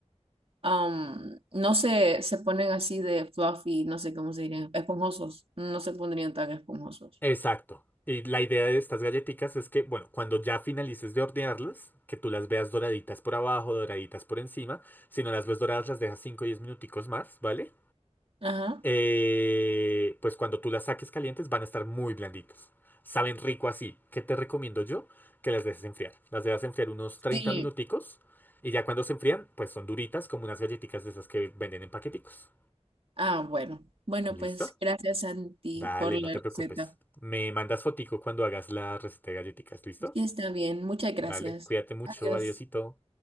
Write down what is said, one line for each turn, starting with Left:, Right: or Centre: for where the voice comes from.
Right: am, no se, se ponen así de fluffy, no sé cómo se dirían, esponjosos, no se pondrían tan esponjosos.
Left: Exacto. Y la idea de estas galletitas es que, bueno, cuando ya finalices de hornearlas, que tú las veas doraditas por abajo, doraditas por encima. Si no las ves doradas, las dejas 5 o 10 minuticos más, ¿vale?
Right: Ajá.
Left: Eh, pues cuando tú las saques calientes van a estar muy blanditas. Saben rico así. ¿Qué te recomiendo yo? Que las dejes enfriar. Las dejas enfriar unos treinta
Right: Sí,
Left: minuticos y ya cuando se enfrían, pues son duritas como unas galletitas de esas que venden en paqueticos.
Right: Ah, bueno. Bueno,
Left: ¿Listo?
Right: pues gracias, Santi,
Left: Dale,
Right: por la
Left: no te
Right: receta.
Left: preocupes. Me mandas fotico cuando hagas la receta de galletitas, ¿listo?
Right: Y está bien, muchas gracias.
Left: Dale, cuídate mucho,
Right: Adiós.
Left: adiosito.